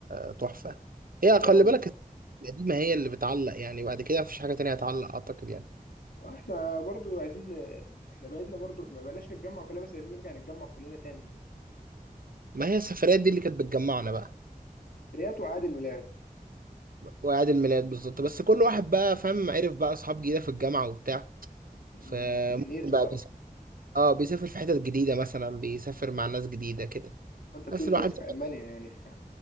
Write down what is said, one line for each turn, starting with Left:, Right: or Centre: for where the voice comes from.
Right: تحفة هي
Left: اه
Right: خلي بالك القديمة هي اللي بتعلق يعني بعد كده مفيش حاجة تانية هتعلق أعتقد يعني
Left: آه، احنا برضو عايزين احنا بعدنا برضو ما بقناش نتجمع كلنا بس عايزين نرجع نتجمع كلنا تاني يعني
Right: ما هي السفريات دي اللي كانت بتجمعنا بقى
Left: سفريات وعيد الميلاد
Right: وأعياد الميلاد بالظبط بس كل واحد بقى فاهم عرف بقى أصحاب جديدة في الجامعة وبتاع
Left: أمم،
Right: فممكن
Left: في دنيته
Right: بقى
Left: بقى
Right: بيسافر اه بيسافر في حتت جديدة مثلا بيسافر مع ناس جديدة كده
Left: انت بتقول
Right: بس
Left: فوزي
Right: الواحد
Left: في المانيا يعني ف